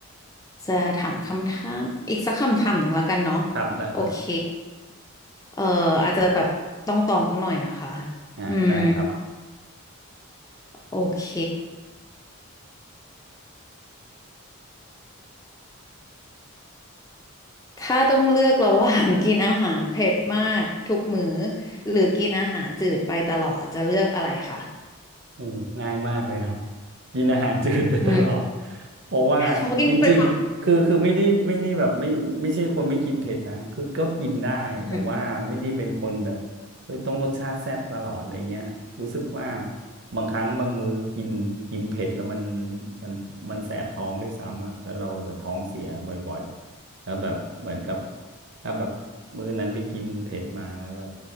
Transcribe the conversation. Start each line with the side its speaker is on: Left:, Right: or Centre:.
Left: จะถามคำถามอีกสักคำถามหนึ่งแล้วกันเนาะ
Right: ครับได้ครับ
Left: โอเคเอ่ออาจจะแบบต้องตองๆหน่อยนะคะ
Right: อ่ะได้ครับ
Left: อืมโอเค ถ้าต้องเลือกระหว่างกินอาหารเผ็ดมากทุกมื้อหรือกินอาหารจืดไปตลอดจะเลือกอะไรคะ
Right: อืมง่ายมากเลยครับกินอาหารจืดไปตลอด
Left: อืม
Right: เพราะว่าจริงๆคือคือไม่ได้ไม่ได้แบบไม่ไม่ใช่คนไม่กินเผ็ดนะคือก็กินได้แต่ว่าไม่ได้เป็นคนแบบเฮ้ยต้องรสชาติแซ่บตลอดอะไรเงี้ยรู้สึกว่า
Left: เพราะกินเป็นคนอืม
Right: บางครั้งบางมื้อกินกินเผ็ดแล้วมันมันมันแสบท้องด้วยซ้ำอ่ะแล้วเราจะท้องเสียบ่อยๆแล้วแบบเหมือนกับถ้าแบบมื้อนั้นไปกินเผ็ดมาแล้วแบบ